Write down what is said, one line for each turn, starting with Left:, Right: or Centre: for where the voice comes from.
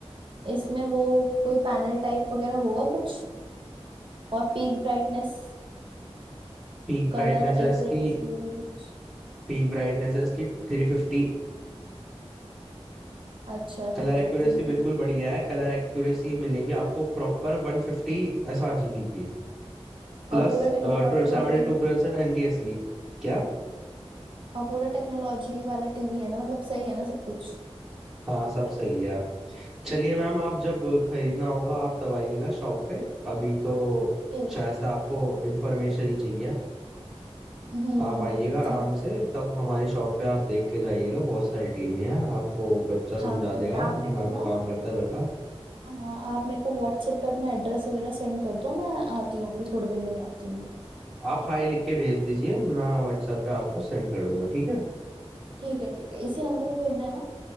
Right: इसमें वो कोई पैनल टाइप वगैरह होगा कुछ और पीक ब्राइटनेस
Centre: पीक ब्राइटनेस
Right: कलर
Centre: है
Right: एक्यूरेसी
Centre: इसकी
Right: वगैरह कुछ
Centre: पीक ब्राइटनेस है इसकी थ्री फिफ्टी
Right: अच्छा
Centre: कलर
Right: ठीक
Centre: एक्यूरेसी
Right: है ठीक
Centre: बिल्कुल
Right: है
Centre: बढ़िया है कलर एक्यूरेसी मिलेगी आपको proper वन फिफ्टी S R G B की प्लस
Right: और पूरा टेक्नोलॉजी
Centre: सेवेंटी
Right: वाला टीवी
Centre: टू परसेंट एन टी एस की क्या
Right: और पूरा टेक्नोलॉजी वाला टीवी है ना मतलब सही है ना सब कुछ
Centre: हाँ सब सही है चलिए मैम आप जब खरीदना होगा आप तब आइएगा शॉप पे अभी तो
Right: ठीक
Centre: शायद
Right: है
Centre: से आपको इन्फॉर्मेशन ही चाहिए
Right: हम्म
Centre: आप आइएगा आराम
Right: ठीक
Centre: से तब हमारी शॉप पे आप देख के जाइएगा बहुत सारी टीवी हैं आपको बच्चा
Right: हाँ
Centre: समझा
Right: ठीक
Centre: देगा
Right: है आप मेरे
Centre: यहाँ
Right: को
Centre: तो
Right: ना
Centre: काम करता है लड़का
Right: हाँ आप मेरे को व्हाट्सएप पे अपना एड्रेस वगैरह सेंड कर दो मैं आती हूँ अभी थोड़ी देर में ही आती हूँ मैं
Centre: आप हाय लिख के भेज दीजिए मैं व्हाट्सएप पे आपको सेंड कर दूंगा ठीक है
Right: ठीक है ठीक है इसी नंबर पे भेजना है ना